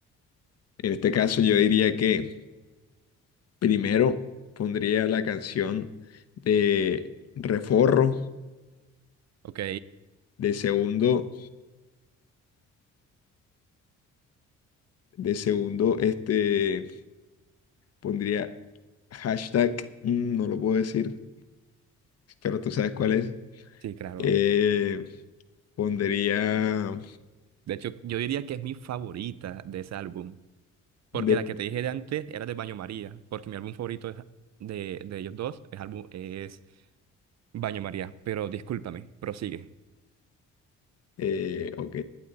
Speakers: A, on the left; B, on the right.
A: En este caso, yo diría que primero pondría la canción de Reforro,
B: ok,
A: de segundo, de segundo, este, pondría hashtag, mm, no lo puedo decir, pero tú sabes cuál es.
B: sí, claro.
A: Eh, pondría...
B: De hecho, yo diría que es mi favorita de ese álbum, porque
A: De
B: la que te dije de antes era de Baño María, porque mi álbum favorito es de, de ellos dos es, álbum, es Baño María, pero discúlpame, prosigue.
A: Eh, ok,